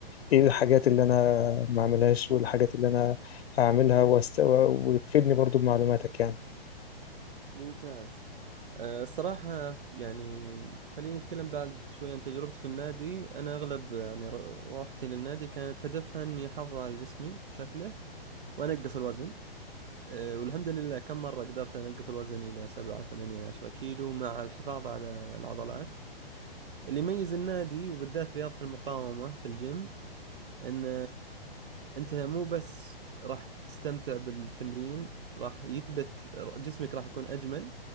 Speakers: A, on the left (about 85°); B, on the right (about 60°).
A: ايه الحاجات اللي انا ما اعملهاش وايه الحاجات اللي انا اعملها وأست... و- وتفيدني برضو بمعلوماتك يعني
B: ممتاز آه، الصراحة يعني خليني أتكلم بعد شوي عن تجربتي في النادي أنا أغلب يعني ر- روحتي للنادي كانت هدفها إني أحافظ على جسمي شكله وأنقص الوزن آه، والحمد لله كم مرة قدرت أنقص الوزن إلى سبعة ثمانية عشرة كيلو مع الحفاظ على العضلات اللي يميز النادي وبالذات رياضة المقاومة في الجيم إن انت مو بس راح تستمتع بالتمرين راح يثبت جسمك راح يكون اجمل